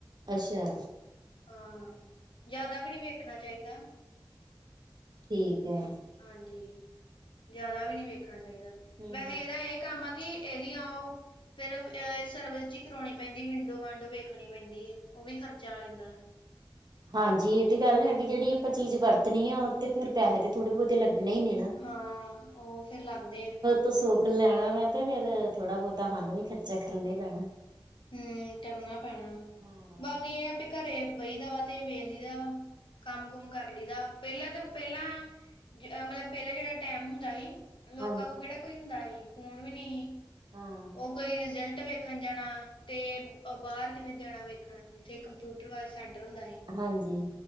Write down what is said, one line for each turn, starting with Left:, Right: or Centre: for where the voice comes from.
Right: ਅੱਛਾ।
Left: ਹਾਂ ਜ਼ਿਆਦਾ ਵੀ ਨਹੀਂ ਵੇਖਣਾ ਚਾਹੀਦਾ
Right: ਠੀਕ ਐ।
Left: ਹਾਂਜੀ ਜਿਆਦਾ ਵੀ ਨੀ ਵੇਖਣਾ ਚਾਹੀਦਾ
Right: ਹਮ
Left: ਵੈਸੇ
Right: ਹਮ
Left: ਇਹਦਾ ਇਹ ਕੰਮ ਆ ਕਿ ਇਹਦੀਆਂ ਉਹ ਫੇਰ ਸਰਵਿਸ ਜ ਕਰਾਉਣੀ ਪੈਂਦੀ ਵਿੰਡੋ ਵਾਂਡੋ ਵੇਖਣੀ ਪੈਂਦੀ ਹੈ ਉਹ ਵੀ ਖਰਚਾ ਆ ਜਾਂਦਾ।
Right: ਹਾਂਜੀ ਇਹ ਤੇ ਗੱਲ ਹੈਗੀ ਜਿਹੜੀ ਆਪਾਂ ਚੀਜ਼ ਵਰਤਣੀ ਆ ਤੇ ਫਿਰ ਪੈਸੇ ਤੇ ਥੋੜੇ ਬਹੁਤੇ ਲੱਗਣੇ ਹੀ ਨੇ। ਨਾ
Left: ਹਾਂ ਉਹ ਫੇਰ ਲੱਗਦੇ ਆ
Right: ਤ ਸੁੱਖ ਲੈਣਾ ਵੈਂ ਤੇ ਫੇਰ ਥੋੜਾ ਬਹੁਤਾ ਸਾਨੂੰ ਵੀ ਖਰਚਾ ਕਰਨਾ ਹੀ ਪੈਣਾ।
Left: ਹੂੰ ਕਰਨਾ ਪੈਣਾ
Right: ਹਾਂ
Left: ਬਾਕੀ ਇਹ ਆ ਵੀ ਘਰੇ ਬਹੀ ਦਾ ਵਾ ਤੇ ਵੇਖਲੀ ਦਾ ਵਾ। ਕੰਮ ਕੁਮ ਕਰ ਲਈਦਾ ਪਹਿਲਾਂ ਤਾਂ ਪਹਿਲਾਂ ਮਤਲਬ ਪਹਿਲਾਾਂ ਜਿਹੜਾ ਟੈਮ ਹੁੰਦਾ ਹੀ। ਲੋਕਾਂ
Right: ਹਾਂ
Left: ਕੋਲ ਕਿਹੜਾ ਕੋਈ ਹੁੰਦਾ ਸੀ ਫੋਨ ਵੀ ਨਹੀਂ ਸੀ।
Right: ਹਾਂ
Left: ਉਹ ਕੋਈ ਰਿਜਲਟ ਵੇਖਣ ਜਾਣਾ। ਤੇ ਬਾਹਰ ਕਿਤੇ ਜਾਣਾ ਵੇਖਣ ਜਿੱਥੇ ਕੰਪਿਊਟਰ ਵਾਲਾ ਸੈਂਟਰ ਹੁੰਦਾ ਸੀ।
Right: ਹਾਂਜੀ